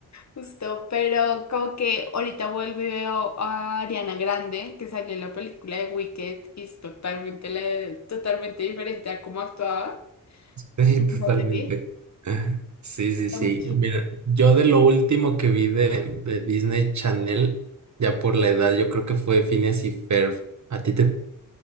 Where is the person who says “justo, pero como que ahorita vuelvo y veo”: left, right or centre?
Left